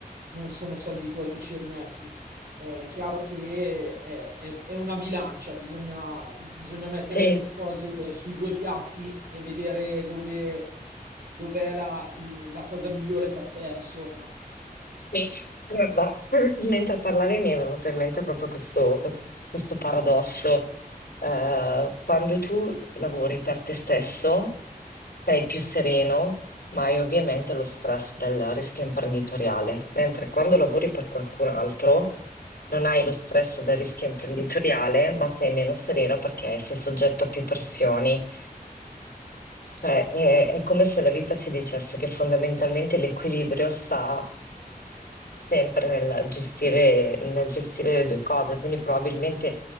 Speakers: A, on the right; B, on the left.
A: non sono soldi tuoi che ci rimetti. È chiaro che è, è- è una bilancia, bisogna, bisogna mettere
B: Sì.
A: le cose sui due piatti e vedere dove, dov'è la la cosa migliore per te, insomma.
B: Sì, guarda, <clears throat> mentre parlavi mi è venuto in mente proprio questo, questo- questo paradosso. Eh, quando tu lavori per te stesso sei più sereno, ma hai ovviamente lo stress del rischio imprenditoriale, mentre quando lavori per qualcun altro non hai lo stress del rischio imprenditoriale, ma sei meno sereno perché sei soggetto a più pressioni. Cioè, è, è come se la vita ci dicesse che fondamentalmente l'equilibrio sta sempre nel gestire, nel gestire le due cose, quindi probabilmente